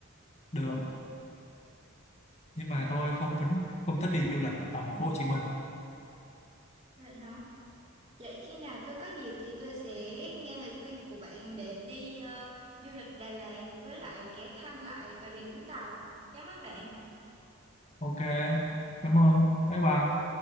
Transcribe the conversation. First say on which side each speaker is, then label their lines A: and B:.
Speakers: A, on the left (about 30°); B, on the right (about 30°).
A: được nhưng mà
B: Ừ.
A: tôi không phấn không thích đi du lịch ở thành phố Hồ Chí Minh
B: vậy hả vậy khi nào tôi có dịp thì tôi sẽ nghe lời khuyên của bạn để đi ờ, du lịch Đà Lạt với lại ghé thăm lại Bà Rịa Vũng Tàu cảm ơn bạn
A: ok cảm ơn bye bye